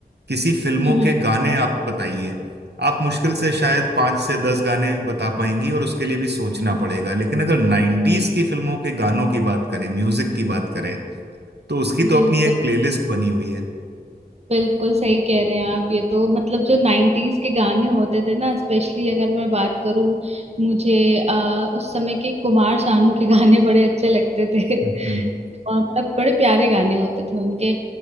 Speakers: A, on the right; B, on the right.
A: किसी फिल्मों
B: हम्म,
A: के गाने आप बताइए आप मुश्किल से शायद पाँच से दस गाने बता पाएंगी और उसके लिए भी सोचना पड़ेगा लेकिन अगर 90s की फिल्मों के गानों की बात करें म्यूजिक की बात करें तो उसकी तो
B: बिल्कुल
A: अपनी एक प्लेलिस्ट बनी हुई है
B: बिल्कुल सही कह रहे हैं आप ये तो मतलब जो नाइन्टीज के गाने होते थे ना स्पेशली अगर मैं बात करूं मुझे आ, उस समय के कुमार सानू के गाने बड़े अच्छे लगते थे <laughs>
A: हम्म हम्म,
B: और मतलब बड़े प्यारे गाने होते थे उनके